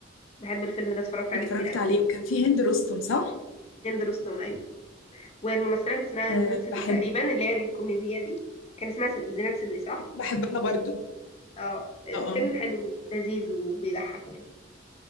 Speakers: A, on the left; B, on the left.
A: بحب الفيلم ده اتفرجت عليه
B: اتفرجت
A: كتير قوي
B: عليه وكان فيه هند رستم صح؟
A: هند رستم ايوه والممثله اللي اسمها
B: أه
A: زينات صدقي
B: بحبه
A: تقريبا اللي هي الكوميديا دي كان اسمها س- زينات صدقي صح
B: بحبها برضو
A: اه
B: اه
A: فيلم
B: اه
A: حلو لذيذ وبيضحك وكده